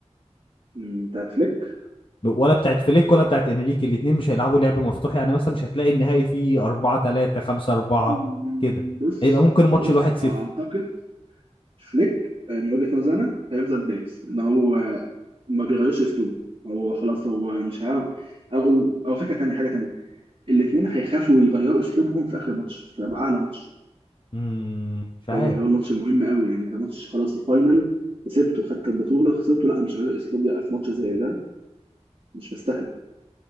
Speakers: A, on the right (about 55°); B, on the left (about 50°).
A: انت هتفلك
B: ولا بتاعت فليك ولا بتاعت انريكي الاتنين مش هيلعبوا لعب مفتوح يعني مثلا مش هتلاقي النهائي فيه 4 3 5 4
A: مم،
B: كده
A: بص
B: هيبقى ممكن ماتش
A: بص
B: الواحد صفر
A: اعتقد فليك آه، من وجهة نظري انا هيفضل دايس ان هو آه، ما بيغيرش اسلوبه هو خلاص هو مش هيعرف او او فكره تانية حاجه تانية الاثنين هيخافوا يغيروا اسلوبهم في اخر ماتش في اعلى ماتش
B: امم مش عارف
A: فاهم يعني هو الماتش المهم قوي يعني ده ماتش خلاص الفاينل كسبته خدت البطوله خسرته لا مش هغير اسلوبي بقى في ماتش زي ده مش مستاهله